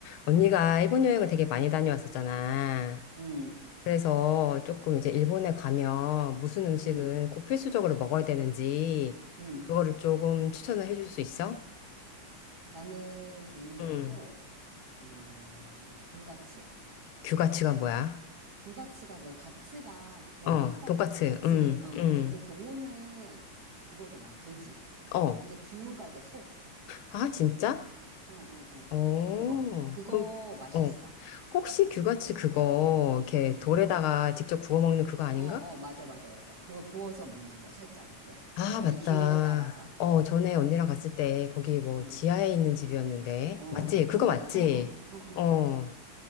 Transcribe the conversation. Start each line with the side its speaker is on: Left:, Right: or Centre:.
Left: 언니가 일본 여행을 되게 많이 다녀왔었잖아.
Right: 음,
Left: 그래서 조금 이제 일본에 가면 무슨 음식은
Right: 음,
Left: 꼭 필수적으로 먹어야 되는지
Right: 음.
Left: 그거를 조금 추천을 해줄 수 있어?
Right: 나는 개인적으로,
Left: 응.
Right: 어, 규가치.
Left: 규가츠가 뭐야?
Right: 규가치가 그 가치가 그 돈가스
Left: 어,
Right: 할
Left: 돈까츠.
Right: 때 그 가치거든.
Left: 응,
Right: 어,
Left: 응.
Right: 근데 그 돈은 그거잖아. 돼지.
Left: 어.
Right: 근데 규가 이제 소.
Left: 아, 진짜?
Right: 어, 어, 어.
Left: 어.
Right: 그거. 그거
Left: 그럼
Right: 맛있어.
Left: 어. 혹시 규가츠 그거 이렇게
Right: 어,
Left: 돌에다가 직접 구워 먹는 그거 아닌가?
Right: 어, 어. 맞아, 맞아, 맞아. 그거 구워서 먹는 거야. 살짝 이렇게.
Left: 아,
Right: 자기
Left: 맞다.
Right: 기호에 따라서.
Left: 어, 전에 언니랑 갔을 때 거기 뭐
Right: 어,
Left: 지하에 있는 집이었는데.
Right: 어.
Left: 맞지? 그거
Right: 거기가,
Left: 맞지?
Right: 어, 어, 어, 어, 어.
Left: 어.
Right: 어.